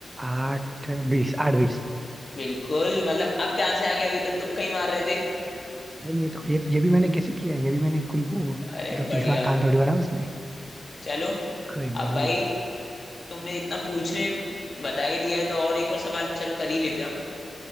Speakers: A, on the right; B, on the left.
A: आठ बीस आठ बीस
B: बिल्कुल मतलब अब कहाँ से आ गया अभी तक तुक्का ही मार रहे थे
A: भाई ये तो ये ये भी मैंने कैसे किया है ये भी मैंने कोई वो मतलब
B: अरे बढ़िया
A: तीस बार खान थोड़ी बना उसमें
B: चलो
A: कोई नहीं
B: अब
A: अभी
B: भाई तुमने इतना पूछने बता ही दिया है तो और एक और सवाल चलो कर ही लेते हैं हम